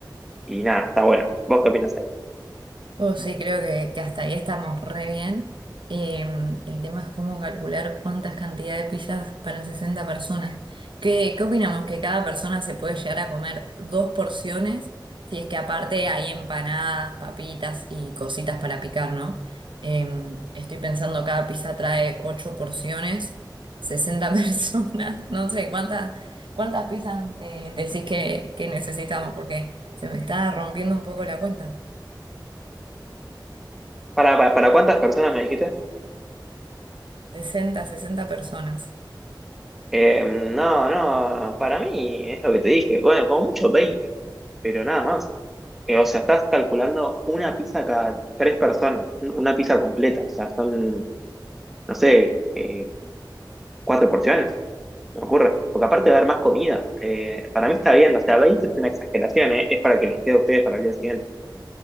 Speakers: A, in the centre; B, on the right.
A: y nada, está bueno. ¿Vos qué opinas ahí?
B: Oh, sí, creo que, que hasta ahí estamos re bien. Em, el tema es cómo calcular cuántas cantidades de pizzas para 60 personas. ¿Qué, qué opinamos? ¿Que cada persona se puede llegar a comer dos porciones? Si es que aparte hay empanadas, papitas y cositas para picar, ¿no? Em, estoy pensando, cada pizza trae 8 porciones, Sesenta personas. <laughs> No sé, ¿cuántas, cuántas pizzas eh, decís que, que necesitamos? Porque se me está rompiendo un poco la cuenta.
A: ¿Para, para, para cuántas personas me dijiste?
B: sesenta sesenta personas.
A: Eh, no, no, para mí es lo que te dije. Bueno, como mucho 20 pero nada más. Eh, o sea, estás calculando una pizza cada tres personas, una pizza completa. O sea, son, no sé, eh, cuatro porciones, me ocurre. Porque aparte de haber más comida, eh, para mí está bien. O sea, 20 es una exageración, eh, es para que les quede a ustedes para el día siguiente.